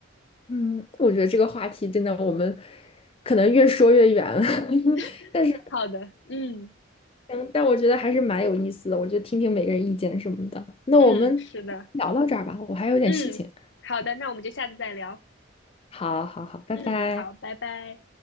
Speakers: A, on the left (about 30°); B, on the left (about 60°).
A: 嗯，我觉得这个话题真的，我们可能越说越远了，<laughs>
B: <laughs>
A: 但是，
B: 好的，嗯
A: 嗯，但我觉得还是蛮有意思的，我就听听每个人意见什么的。那我们
B: 嗯，是的，
A: 聊到这儿吧，我还有点事情。
B: 嗯，好的，那我们就下次再聊。
A: 好好好，拜拜。
B: 嗯，好，拜拜。